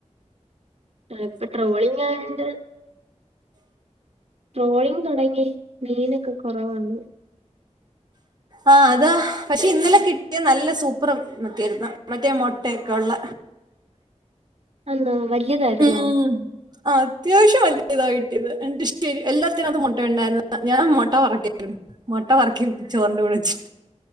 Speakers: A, on the right; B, on the right.
A: ആ ഇപ്പൊ ട്രോളിങ് ആണ്ട്- ട്രോളിങ് തുടങ്ങി മീനൊക്കെ കുറവാണ്
B: ആഹ് അതാ- പക്ഷെ ഇന്നലെ കിട്ടിയ നല്ല സൂപ്പർ മതതിയായിരുന്നു മറ്റേ മുട്ടയൊക്കെ ഉള്ള
A: <inaudible> വലിയതായിരുന്നോ
B: ഉം- അത്യാവശ്യവല്ലെ ഇതാ കിട്ടിയത്- എനിക്കഷ്ട്ടാ എല്ലാത്തിനകത്തും മുട്ട ഉണ്ടായിരുന്ന- ഞാൻ മുട്ട വറുക്കാരുന്നു മുട്ട വറുക്കേ രുന്നു ചോറിൻ്റെ കൂടെ വെച്ചിട്ട്